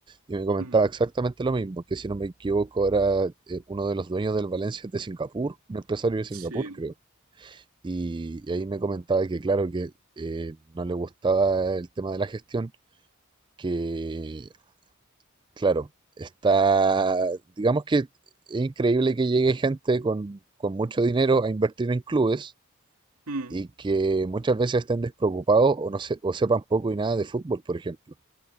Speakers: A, on the right (about 20°); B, on the right (about 90°).
A: y me comentaba
B: Mm,
A: exactamente lo mismo, que si no me equivoco era eh, uno de los dueños del Valencia de Singapur, un empresario de Singapur
B: sí.
A: creo. Y, y ahí me comentaba que claro que eh, no le gustaba el tema de la gestión, que claro, está, digamos que es increíble que llegue gente con, con mucho dinero a invertir en clubes
B: Mm.
A: y que muchas veces estén despreocupados o, no se- o sepan poco y nada de fútbol, por ejemplo.